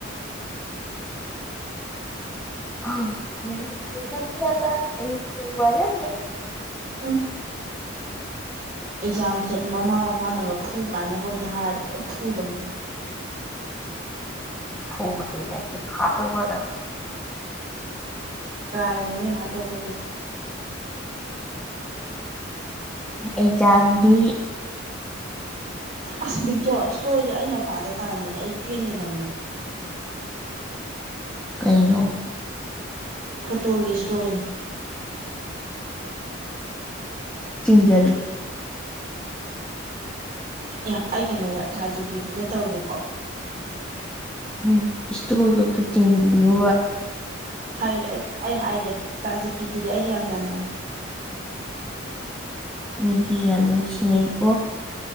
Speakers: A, in the centre; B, on the right.
A: ꯑꯩꯣꯏ
B: ꯎꯝ
A: ꯋꯥꯗ
B: ꯎ ꯑꯦꯛꯖꯥꯝꯁꯦ ꯃꯃꯥ ꯃꯄꯥꯅꯒ ꯐꯨ ꯀꯥꯏꯅ ꯀꯣꯏꯗ ꯍꯥꯏꯔ ꯐꯗꯣꯣꯡ
A: ꯐꯨꯕ ꯀꯩꯅꯦ ꯀ ꯍꯥꯥ ꯇꯒꯗ
B: ꯀꯥꯏꯅꯤꯃꯤꯚꯠꯇꯣ ꯀꯗꯨ
A: ꯑꯦꯖꯝꯗꯤ
B: ꯑꯁꯕꯤꯛꯇꯣ ꯏꯁꯇꯣꯁꯦ ꯑꯩ ꯃꯄꯥꯗ ꯇꯥꯔꯝꯃꯗꯤ ꯑꯩ ꯄꯦꯟꯒꯗꯕꯅꯤꯅ
A: ꯀꯩꯅꯣ
B: ꯐꯣꯇꯣꯒꯤ ꯏꯁꯇꯣꯁꯦ
A: ꯆꯤꯡꯖꯔꯂ
B: ꯑꯦ ꯑꯩ ꯀꯩꯅꯣꯗ ꯊꯥꯖꯖꯤ ꯄꯤꯗꯤꯗ ꯇꯧꯒꯦꯀꯣ
A: ꯎꯝ ꯏꯁꯇꯔꯣꯗ ꯆꯤꯡꯕꯤꯣ
B: ꯍꯥꯏꯒꯦ ꯑꯩ ꯑꯩ ꯍꯥꯏꯒꯦ ꯇꯥꯖꯤꯞꯀꯤꯗꯨꯗꯤ ꯑꯩꯒ ꯌꯥꯝ ꯌꯥꯅꯦ
A: ꯃꯤꯗꯤ ꯌꯥꯝ ꯅꯨꯡꯁꯤꯅꯩꯀꯣ
B: ꯎ